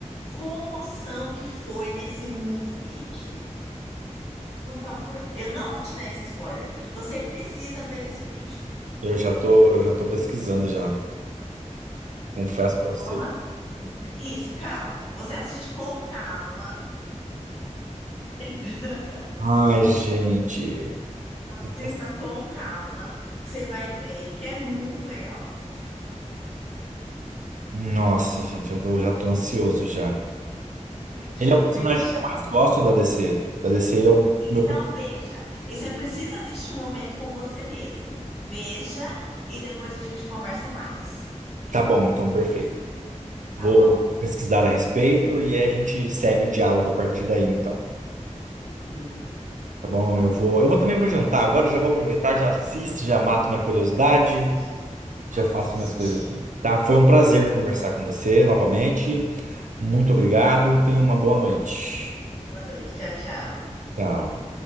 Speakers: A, on the left; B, on the right.
A: comoção que foi nesse mundo geek. Por favor, eu não vou te dar esse spoiler. Você precisa ver esse vídeo.
B: Eu já tô, eu já tô pesquisando já. Confesso pra você.
A: Calma Isso, calma. Você assiste com calma. <laughs>
B: Ai, gente.
A: Assista
B: Nossa,
A: com calma, que você vai ver que é muito legal.
B: Nossa, gente, eu tô- já tô ansioso já.
A: Veja,
B: Ele é o personagem
A: veja.
B: que eu mais gosto da DC. Da DC, ele é o
A: E-
B: meu.
A: Então,
B: pre-
A: veja. E você precisa deste momento com você mesmo. Veja e depois a gente conversa mais.
B: Tá bom, então perfeito.
A: Tá
B: Vou
A: bom?
B: pesquisar a respeito e a gente segue o diálogo a partir daí, então.
A: Beleza.
B: Tá bom? Eu vou, eu vou também vou jantar agora, já vou aproveitar, já assisto, já mato minha curiosidade,
A: Assiste.
B: já
A: Assiste.
B: faço minhas coisas aqui. Tá? Foi um prazer
A: Isso.
B: conversar com você novamente. Muito obrigado. Tenha uma boa noite.
A: Boa noite. Tchau, tchau.
B: Tchau.